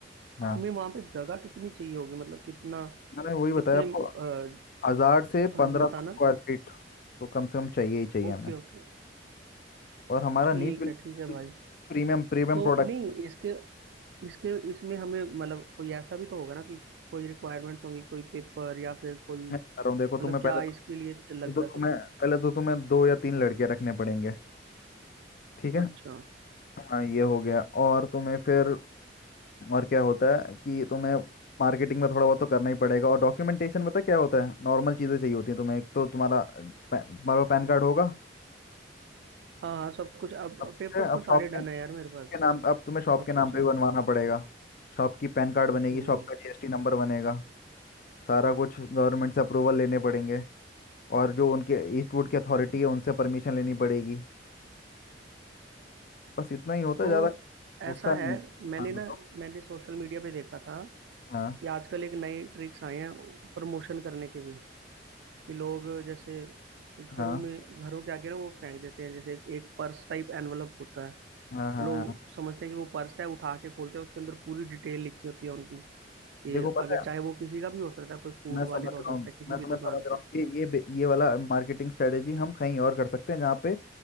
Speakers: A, on the left; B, on the right.
A: हाँ
B: हमें वहाँ पे जगह कितनी चाहिए होगी मतलब कितना
A: मैंने वही बताया
B: कितने
A: आपको
B: अ,
A: हजार से
B: हाँ
A: पंद्रह
B: जी बताना
A: सौ स्क्वायर फीट तो कम से कम चाहिए ही चाहिए
B: Okay
A: हमें
B: okay
A: और हमारा
B: ठीक
A: नीच बिल्कुल
B: है ठीक है भाई
A: प्रीमियम प्रीमियम
B: तो
A: प्रोडक्ट
B: नहीं इसके इसके इसमें हमें मतलब कोई ऐसा भी तो होगा ना कि कोई रिक्वायरमेंट्स होंगी कोई पेपर या फिर कोई
A: में बता रहा हूँ देखो
B: मतलब
A: तुम्हें
B: क्या
A: पहले तो
B: इसके लिए च-
A: पहले
B: लगता
A: तो
B: है सब
A: तुम्हें
B: कुछ
A: पहले तो तुम्हें दो या तीन लड़के रखने पड़ेंगे ठीक है
B: अच्छा
A: हाँ ये हो गया और तुम्हें फिर और क्या होता है कि तुम्हें मार्केटिंग में थोड़ा बहुत तो करना ही पड़ेगा और डॉक्यूमेंटेशन पता है क्या होता है नॉर्मल चीज़ें चाहिए होती हैं तुम्हें एक तो तुम्हारा पै- तुम्हारा पैन कार्ड होगा
B: हाँ हाँ सब कुछ अब
A: अब कुछ
B: पेपर्स
A: है अब
B: तो सारे
A: शॉप के,
B: डन है यार मेरे
A: के
B: पास
A: नाम अब तुम्हें शॉप
B: सब
A: के नाम
B: कुछ
A: पे
B: है
A: भी बनवाना पड़ेगा शॉप की पैन कार्ड बनेगी
B: हम्म
A: शॉप का जीएसटी नंबर बनेगा सारा कुछ गवर्नमेंट से अप्रूवल लेने पड़ेंगे और जो उनके ईस्टवुड की अथॉरिटी है उनसे परमिशन लेनी पड़ेगी बस इतना ही होता
B: तो
A: है ज़्यादा
B: ऐसा
A: उसका नहीं
B: है
A: है
B: मैंने
A: हाँ
B: ना
A: बताओ
B: मैंने सोशल मीडिया पे देखा था
A: हाँ
B: कि आजकल एक नए ट्रिक्स आए हैं प्रमोशन करने के भी कि लोग जैसे घरों
A: हाँ
B: में घरों के आगे ना वो फेंक देते हैं जैसे एक पर्स टाइप एनवलप होता है
A: हाँ हाँ
B: लोग
A: हाँ
B: समझते हैं कि वो पर्स है उठा के खोलते हैं उसके अंदर पूरी डिटेल लिखी होती है उनकी कि
A: देखो पता
B: अगर
A: है
B: चाहे वो किसी का भी हो सकता है कोई फूड
A: मैं समझ
B: वाले का हो
A: रहा हूँ
B: सकता है किसी
A: मैं
B: भी
A: तुम्हें
B: दुकान
A: समझ रहा
B: का
A: हूँ ये ये बे- ये वाला मार्केटिंग स्ट्रेटेजी हम कहीं और कर सकते हैं जहाँ पे